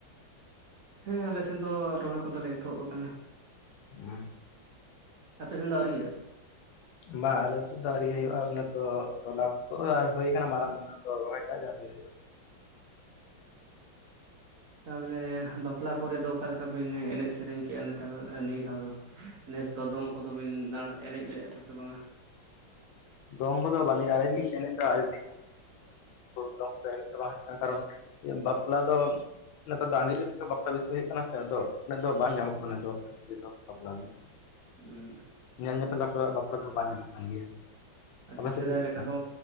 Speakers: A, on the right; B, on the left.
A: ᱦᱮᱸ ᱟᱞᱮᱥᱮᱫ ᱫᱚ ᱨᱚᱦᱚᱭ ᱠᱚᱫᱚᱞᱮ ᱮᱛᱚᱦᱚᱵ ᱟᱠᱟᱱᱟ᱾
B: ᱩᱸ᱾
A: ᱟᱯᱮ ᱥᱮᱱ ᱫᱚ ᱟᱹᱣᱨᱤᱭᱟᱹ?
B: ᱵᱟᱝ ᱟᱞᱮ ᱥᱮᱫᱚ ᱟᱹᱣᱨᱤ ᱦᱩᱭᱩᱜᱼᱟ᱾ ᱩᱱ ᱚᱠᱛᱚ ᱛᱚᱞᱟ ᱠᱩ ᱦᱩᱭ ᱟᱠᱟᱱᱟ ᱢᱟᱨᱟᱝ ᱢᱟ ᱟᱫᱚ ᱨᱚᱦᱚᱭ ᱠᱟᱜ ᱡᱟᱦᱟᱛᱤᱥ ᱦᱩᱭᱩᱜᱼᱟ
A: ᱦᱩᱸ <unintelligible> ᱵᱟᱯᱞᱟ ᱠᱚᱨᱮ ᱫᱚ ᱚᱠᱟ ᱞᱮᱠᱟ ᱵᱤᱱ ᱮᱱᱮᱡ ᱥᱮᱨᱮᱧ ᱠᱮᱫᱮᱜᱼᱟ ᱱᱮᱛᱟᱨ ᱱᱤᱭᱟᱹ ᱫᱷᱟᱣ ᱫᱚ? ᱱᱮᱥ ᱫᱚ ᱫᱚᱝ ᱠᱚᱫᱚ ᱵᱤᱱ ᱫᱟᱬ ᱮᱱᱮᱡ‌ ᱞᱮᱫᱼᱟ ᱛᱷᱮ ᱥᱮ ᱵᱟᱝ-ᱟ?
B: ᱫᱚᱝ ᱠᱚᱫᱚ ᱵᱟᱞᱮ <unintelligible> ᱯᱩᱨᱟᱹ ᱫᱚᱝ ᱯᱮ ᱦᱮᱡ ᱪᱟᱵᱟ ᱦᱟᱠᱟᱫ-ᱟ᱾ ᱠᱟᱨᱚᱱ, ᱤᱭᱟᱹ ᱵᱟᱯᱞᱟ ᱫᱚ ᱱᱮᱛᱟᱨ ᱫᱚ ᱟᱸᱜᱤᱨ ᱠᱟᱛᱮ ᱜᱮ ᱵᱟᱯᱞᱟ ᱵᱤᱥᱤ ᱦᱩᱭᱩᱜ ᱠᱟᱱᱟ ᱥᱮ ᱱᱤᱛᱚᱜ᱾ ᱩᱱᱟᱹᱜ ᱫᱚ ᱵᱟᱝ ᱧᱟᱢᱚᱜ ᱠᱟᱱᱟ ᱫᱚ ᱱᱤᱛᱚᱜ ᱵᱟᱯᱞᱟ ᱫᱚ᱾
A: ᱦᱩᱸ
B: ᱧᱮᱞ ᱧᱮᱯᱮᱞ ᱵᱟᱯᱞᱟᱜ ᱵᱟᱯᱞᱟ ᱵᱟᱭ ᱧᱟᱢᱚᱜ ᱠᱟᱱ ᱜᱮᱭᱟ᱾
A: ᱟᱪᱪᱷᱟ
B: ᱟᱯᱮ ᱥᱮᱫ
A: ᱥᱮᱫᱟᱭ
B: ᱪᱮᱫᱠᱟ
A: ᱞᱮᱠᱟ
B: ᱦᱮᱸ
A: ᱫᱚ,